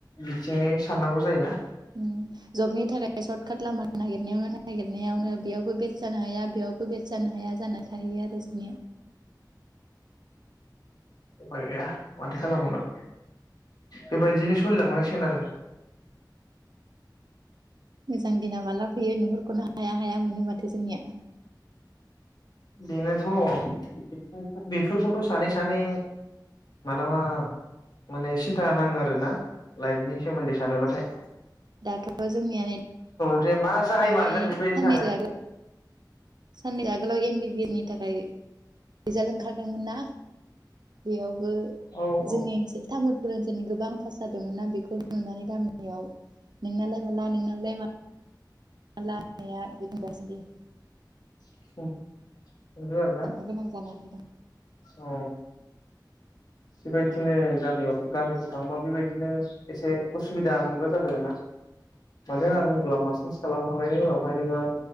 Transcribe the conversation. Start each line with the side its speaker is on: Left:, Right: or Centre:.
Left: बिथिङै साननांगौ जायोना।
Right: ओम, जबनि थाखाय सर्ट काट लामा नागिरनायावनो नागिरनायावनो बेयावबो बेसे जानो हाया बेयावबो बेट जानो हाया जाना थाहैयो आरो जोंनिया।
Left: उफाय गैया माथो खालामबावनो बेबायदिनो सोलिलांनांसिगोन आरो।
Right: <unintelligible> जां दिना माला फयो नुहरखौनो हा हाया हाया मोनो माथो जोंनिया।
Left: बेनोथ' बेफोरखौथ' सानै सानै मालाबा माने सिन्था नाङो आरोना लाइफनि सोमोन्दै सानोबाथाय।
Right: दाथ' जोंनिया नै
Left: ओमफ्राय मा जाहायमारगोन
Right: थांनाय
Left: बेबायदि
Right: साननैसो
Left: सानो।
Right: आगोल <unintelligible> आगोलाव एम बि बि एस नि थाखाय रिजाल्ट ओंखारदोंमोन ना बेयाव बो
Left: औ
Right: जोंनि
Left: औ
Right: ओनोल तामुलपुर ओनसोल जोंनि गोबां पास जादोंमोन ना बेखौ नुनानै गामियाव नोंनालाय माला नोंनाबलाय मा‌‌ माला <unintelligible>
Left: <unintelligible>
Right: साननो गोनां जानानै दं
Left: अ बेबायदिनो गामियाव गामिफ्राव थांबा बेबायदिनो एसे उसुबिदा मोनग्रा जाबाय दाना मानो होनना बुङोब्ला मास्टार्स खालामखांनायनि उनावहाय नोङो